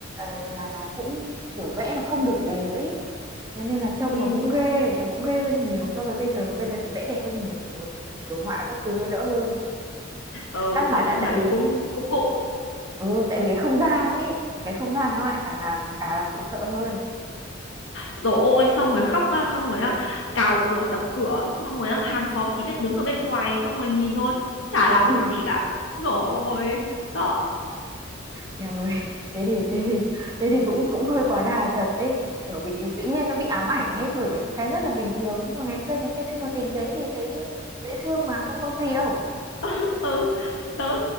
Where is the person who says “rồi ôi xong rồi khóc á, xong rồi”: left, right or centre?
Left